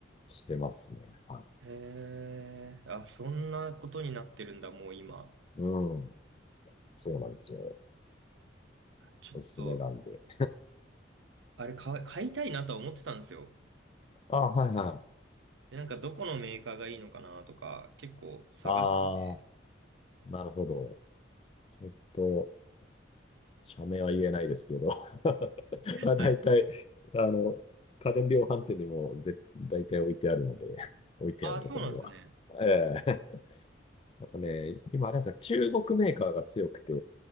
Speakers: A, on the left (about 30°); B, on the right (about 75°).
A: してますね。は
B: えー、あ、そんなことになってるんだ、もう今。
A: い。うん。そうなんですよ。
B: ちょっと、
A: おすすめなんで。
B: あれ買い、買いたいなとは思ってたんですよ。
A: <laughs> あ、はいはい。
B: でなんかどこのメーカーがいいのかなとか、結構探してて。
A: あなるほど。ちょっと、社名は言えないですけど。<laughs> まあ、大体、
B: はい。
A: あの、家電量販店にも絶大体置いてあるので、<laughs> 置いてあるところには。
B: ああ、そうなんですね。
A: ええ <laughs> あとね、今、あれなんですか、中国メーカーが強くて、